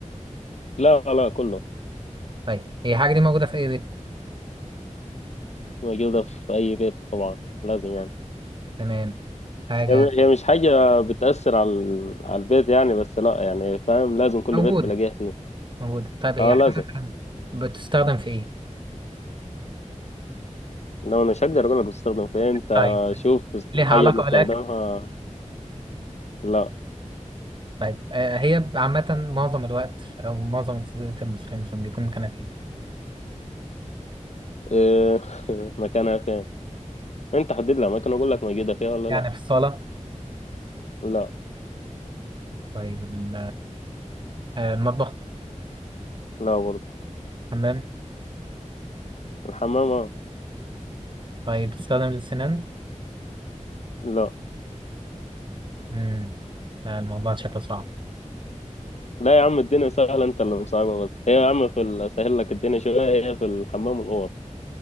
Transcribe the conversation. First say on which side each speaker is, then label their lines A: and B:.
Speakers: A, on the left (about 60°); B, on the right (about 40°).
A: لا لا كله
B: طيب هي الحاجة دي موجودة في أي بيت
A: موجودة في أي بيت طبعا لازم يعني
B: تمام حاجة
A: هي هي مش حاجة بتأثر على ال- على البيت يعني بس لا يعني فاهم لازم كل
B: موجودة
A: بيت تلاقيها فيه
B: موجودة طيب هي
A: اه
B: حاجة
A: لازم
B: مثلا بتستخدم في إيه
A: انما مش هقدر اقول لك بتستخدم فين انت
B: طيب
A: شوف
B: ليها
A: حاجة
B: علاقة
A: بنستخدمها
B: بالأكل
A: لا
B: طيب آه هي عامة معظم الوقت أو معظم البيوت المصرية مثلا بيكون مكانها فين
A: إيه <laughs> مكانها فين انت حدد لها مكان اقول لك موجودة فيها ولا
B: يعني
A: لا
B: في الصالة
A: لا
B: طيب ال- آه، المطبخ
A: لا برضه
B: حمام
A: الحمام آه.
B: طيب بتستخدم للسنان
A: لا
B: امم لا، الموضوع شكله صعب
A: لا يا عم الدنيا سهلة انت اللي مصعبة بس هي يا عم في ال- اسهل لك الدنيا شوية هي في الحمام والأوض